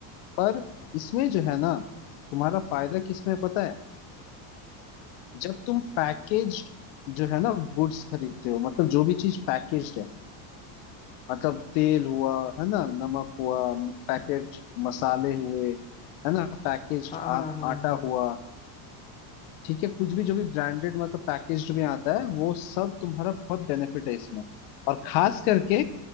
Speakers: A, on the left; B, on the left.
A: पर इसमें जो है ना तुम्हारा फायदा किसमें है पता है जब तुम पैकेज जो है ना गुड्स खरीदते हो मतलब जो भी चीज पैकेज मतलब तेल हुआ है ना नमक हुआ पैकेट मसाले हुए है ना पैकेज्ड
B: हाँ हाँ हाँ
A: आटा
B: हाँ
A: हुआ ठीक है कुछ भी जो भी ब्रांडेड मतलब पैकेज्ड में आता है वो सब तुम्हारा बहुत बेनिफिट है इसमें और खास करके